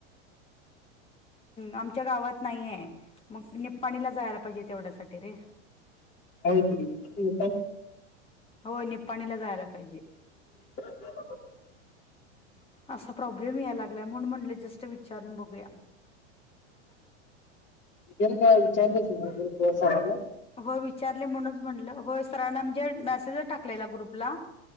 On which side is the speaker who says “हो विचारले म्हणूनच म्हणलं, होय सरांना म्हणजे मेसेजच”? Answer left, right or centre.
Left